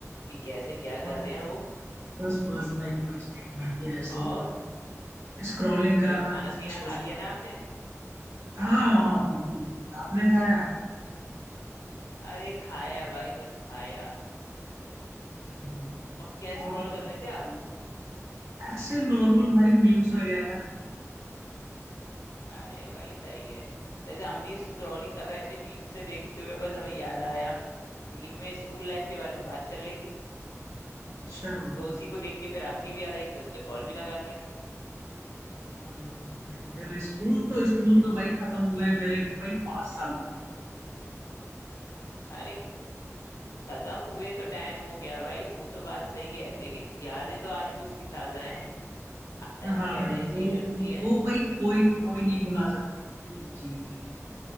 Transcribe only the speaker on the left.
कि कैसे क्या कर
रहे हैं वो
और
मतलब
खाना
पीना
खा लिया
ना आपने
अरे खाया भाई बस खाया
और क्या
स्क्रॉल
कर रहे थे आप
अरे भाई सही है ऐसे हम भी स्क्रॉलिंग कर रहे थे मीम से देखते हुए बस हमें याद आया मीम में स्कूल लाइफ के बारे में बात चल रही थी
तो उसी को देख के फिर आपकी भी याद आई तो इसलिए कॉल भी लगा लिया
अरे खत्म हुए तो टाइम हो गया भाई वो तो बात सही है लेकिन यादें तो आज भी उसकी ताजा हैं आज
भी पहले
जैसी ही लगती
हैं